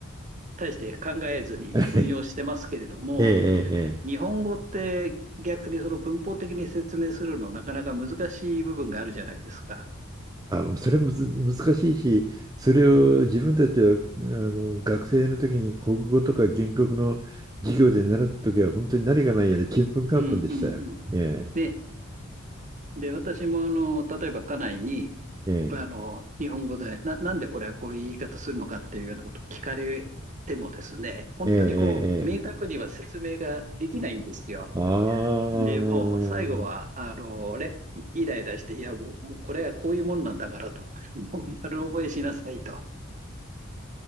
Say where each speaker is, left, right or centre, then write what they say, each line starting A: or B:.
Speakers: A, on the right (about 35°); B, on the right (about 20°).
A: 大して考えずに運用してますけれども、
B: <laughs> ええ、ええ。ええ
A: 日本語って逆にその文法的に説明するのなかなか難しい部分があるじゃないですか。
B: あ、もうそれむず難しいし、それを自分たちはあの学生の時に国語とか原告の授業で習った時は本当に何がないやらちんぷんかんぷんでしたよ。
A: うんうんうん。
B: え
A: ね。で、私もあの、例えば家内に、
B: え、
A: あの、日本語で、な、なんでこれはこういう言い方するのかっていうようなことを聞かれてもですね、本当にこう、
B: ええ、ええ、
A: 明確には説明ができないんですよ。
B: ええ。ええあ
A: で、もう最後は、
B: あ。
A: あの、ね、イライラして、いや、もう、もうこれはこういうもんなんだからと、もう丸覚えしなさいと。